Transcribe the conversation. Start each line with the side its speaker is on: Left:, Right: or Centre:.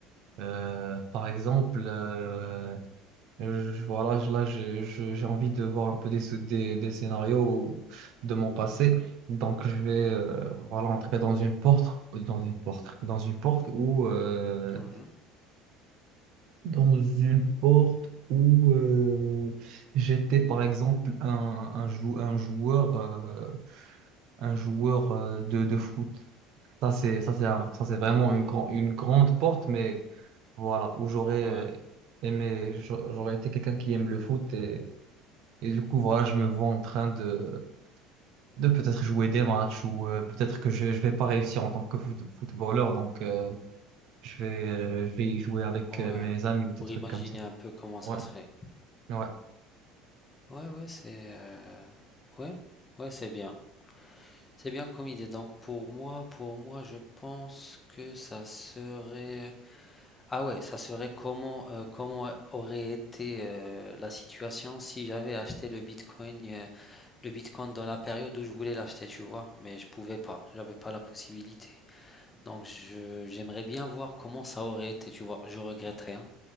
Right: Euh, par exemple, euh, Euh, je- Voilà, je- là, j'ai je- j'ai envie de voir un peu des, sou- des, des scénarios de mon passé. Donc, je vais euh, voilà, entrer dans une porte, dans une porte, dans une porte où, euh,
Left: Mhm.
Right: dans une porte où euh, j'étais, par exemple, un, un, jou- un joueur, euh, un joueur euh, de, de foot. Ça, c'est, ça, c'est un- ça, c'est vraiment
Left: D'accord.
Right: une, grand- une grande porte, mais voilà, où j'aurais
Left: Ouais.
Right: aimé, j'aurais été quelqu'un qui aime le foot et Et du coup, voilà, je me vois en train de, de peut-être jouer des matchs ou euh, peut-être que je je vais pas réussir en tant que foot- footballeur. Donc, euh, je vais, euh, je vais y jouer avec
Left: Ouais,
Right: euh, mes amis ou des
Left: pour
Right: trucs
Left: imaginer
Right: comme ça.
Left: un peu comment ça
Right: Ouais,
Left: serait.
Right: ouais.
Left: Ouais, ouais, c'est euh, ouais, ouais, c'est bien. C'est bien comme idée. Donc pour moi, pour moi, je pense que ça serait Ah ouais, ça serait comment euh, comment aurait été euh, la situation si j'avais acheté le Bitcoin euh, le Bitcoin dans la période où je voulais l'acheter, tu vois, mais je pouvais pas, j'avais pas la possibilité. Donc je j'aimerais bien voir comment ça aurait été, tu vois. Je regrette rien.